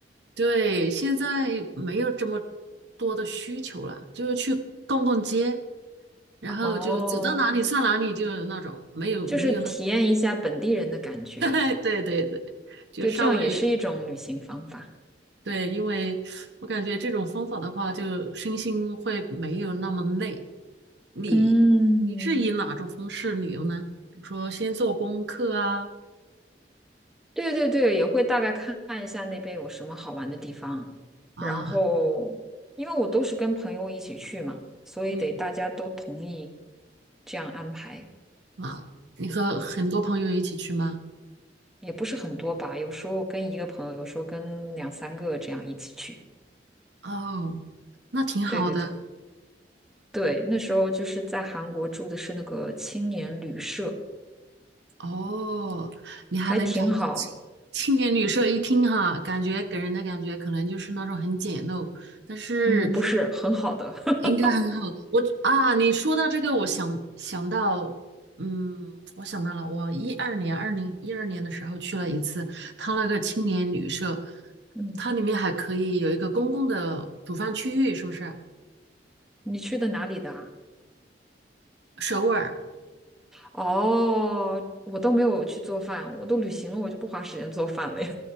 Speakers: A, on the right; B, in the centre.
A: 对，现在没有这么多的需求了，就是去逛逛街，然后就走到哪里算哪里，
B: 哦，
A: 就那种没有没有那种。
B: 就是体验一下本地人的感觉。
A: <laughs> 对对对，就稍微
B: 对，这样也是一种旅行方法。
A: 对，因为我感觉这种方法的话，就身心会没有那么累。你你是以哪种方式旅游呢？
B: 嗯，
A: 比如说先做功课啊
B: 对对对，也会大概看一下那边有什么好玩的地方，
A: 啊
B: 然后因为我都是跟朋友一起去嘛，所以得大家都同意
A: 嗯
B: 这样安排，
A: 啊，你和很多朋友一起去吗？
B: 也不是很多吧，有时候跟一个朋友，有时候跟两三个这样一起去。
A: 哦，那挺好的。
B: 对对对对，那时候就是在韩国住的是那个青年旅社，
A: 哦，你还能找到青青年旅社一听哈，
B: 还挺好，
A: 感觉给人的感觉可能就是那种很简陋，但是
B: 嗯，不是很好的。<laughs>
A: 应该很好。我啊，你说到这个，我想想到，嗯，我想到了，我一二年，二零一二年的时候去了一次，它那个青年旅社，
B: 嗯，
A: 它里面还可以有一个公共的煮饭区域，是不是？
B: 你去的哪里的啊？
A: 首尔
B: 哦，我都没有去做饭，我都旅行了，我就不花时间做饭了呀。